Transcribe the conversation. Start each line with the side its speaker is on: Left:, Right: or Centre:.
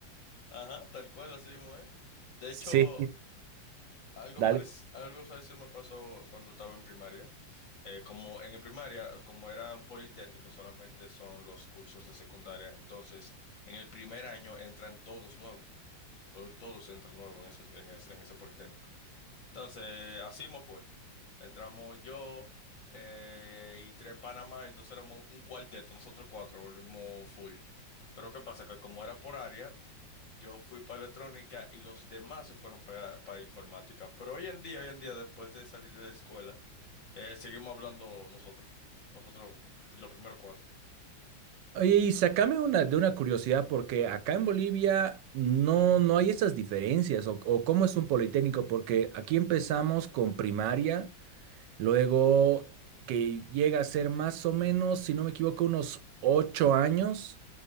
Left: Ajá, tal cual, así mismo, ¿eh? De
Right: Sí,
Left: hecho, algo
Right: dale.
Left: parec- algo parecido me pasó cuando estaba en primaria. Eh, como en primaria, como era un politécnico, solamente son los cursos de secundaria. Entonces, en el primer año entran todos nuevos. to- Todos entran nuevos en ese, en ese, en ese politécnico. Entonces, así me fue. Entramos yo eh, y tres Panamá, entonces éramos un cuarteto, nosotros cuatro volvimos full. Pero ¿qué pasa? Que como era por área, yo fui para electrónica y los demás se fueron para, para informática. Pero hoy en día, hoy en día, después de salir de la escuela, eh, seguimos hablando nosotros. Nosotros, los primeros cuatro.
Right: Oye, y sacame una, de una curiosidad, porque acá en Bolivia no, no hay esas diferencias, o, o cómo es un politécnico, porque aquí empezamos con primaria. Luego, que llega a ser más o menos, si no me equivoco, unos ocho años.